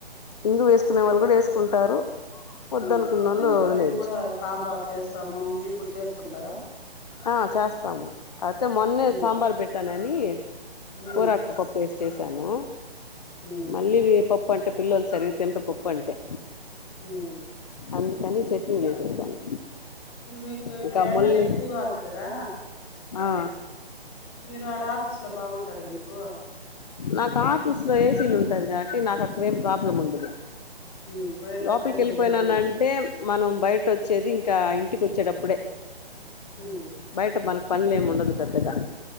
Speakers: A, on the left (about 40°); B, on the left (about 20°).
A: ఇంగువా వేసుకునే వాళ్ళు కూడా వేసుకుంటారు వద్దనుకున్నోళ్ళు
B: ఉ <unintelligible>
A: వదిలేయచ్చు
B: మేము కూడా సాంబార్ చేస్తాము మీరు కూడా చేసుకుంటారా.
A: ఆ చేస్తాము అయితే మొన్నే
B: ఉమ్,
A: సాంబార్ పెట్టానని
B: ఉమ్,
A: కూరకు పప్పు వేసిచేసాను
B: ఉమ్,
A: మళ్ళీ వి పప్పు అంట్ టే పిల్లలు సరిగి తినారు పప్పు అంటే
B: ఉమ్.
A: అందుకని చట్నీ చేసేసాను
B: మీకు ఇక్కడ
A: ఇంకా
B: ఎండలు
A: ముల్లి
B: ఎక్కువగా ఉంది కదా
A: ఆ
B: మీరు ఆడ ఆఫీస్ లో బాగుంటదా మీకు
A: నాకు ఆఫీస్ లో ఏసీలు ఉంటాయిగా కే నాకు అక్కడేం ప్రాబ్లం ఉండదు
B: ఉమ్, పోయేటప్పుడే
A: లోపలికి వెళ్ళిపోయినానంటే
B: కొంచెం ఎండలు
A: మనం బయట వచ్చేది ఇంకా ఇంటికి వచ్చేటప్పుడే
B: ఉమ్,
A: బయట మనకు పనులు ఏమి ఉండదు పెద్దగా